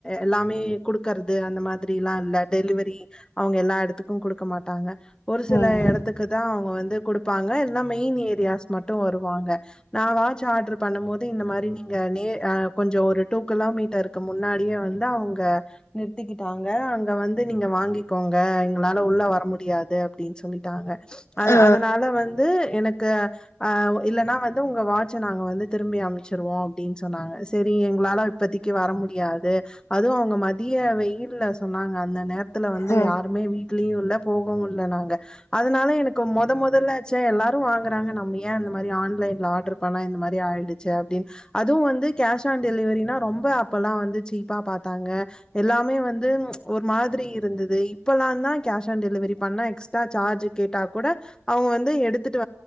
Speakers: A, on the left; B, on the left.
A: எல்லாம் மே குடுக்கறது அந்த மா திரி எல்லாம் இல்ல டெலிவரி அவங்க எல்லா இடத்துக்கும் குடுக்கமாட்டாங்க ஒரு சில
B: ம்
A: இடத்துக்கு தான் அவங்க வந்து குடு பாங்க எல்லா மெயின் ஏரியாஸ் மட்டும் வருவாங்க நான் வாட்ச் ஆர்டர் பண்ணும் போது இந்த மாதிரி நீங்க நே அஹ் கொஞ்சம் ஒரு டூ கிலோமீட்டருக்கு முன்னாடியே வந்து அவுங்க நிறுத்திக்கிட்டாங்க அங்க வந்து நீங்க வாங்கிக்கோங்க எங்களால உள்ள வர முடியாது அப்பிடின்னு சொல்லிட்டாங்க அது
B: ஆ
A: அதனால வந்து எனக் க இல்லனா வந் து உங்க வாட்சை நாங்க வந்து திரும்பி அமைச்சிருவோம் அப்பிடின்னு சொன்னாங்க செரி எங்களால இப்பத்தக்கு வர முடியாது அதுவும் அவங்க மதிய வெயில் இல்ல சொன்னாங்க அந்த நேரத்துல வந்து
B: ம்
A: யாருமே வீட்லயு இல்ல போகவும் இல்ல நாங்க அதனால எனக்கு மொத முதலாச்சே எல்லாரும் வாங்குறாங்க நம்ம ஏன் அந்த மாரி ஆன்லைன் ஆடர் பண்ணா இந்த மாதிரி ஆயிடுது ச அப்டினு அதுவும் வந்து கேஷ் ஆன் டெலிவெரினா ரொம்ப அப்பலா வந்து சீப்ப பாத்தாங்க எல்லாமே வந்து ஒரு மாதிரி இருந்தது இப்பலாம் கேஷ் ஆன் டெலிவரி பண்ணா எக்ஸ்ட்ரா சார்ஜ் கேட்ட கூட அவங்க வந்து எடுத்துட்டு